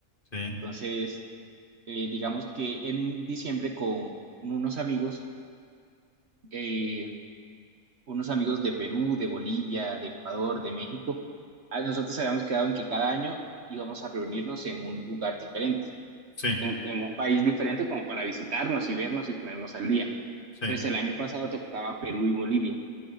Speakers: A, on the left; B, on the right.
A: sí,
B: Entonces, eh, digamos que en diciembre con unos amigos, eh, unos amigos de Perú, de Bolivia, de Ecuador, de México, a- nosotros habíamos quedado en que cada año íbamos a reunirnos en un lugar diferente,
A: sí,
B: en, en un país diferente como para visitarnos y vernos y ponernos al día.
A: sí.
B: Entonces, el año pasado tocaba Perú y Bolivia.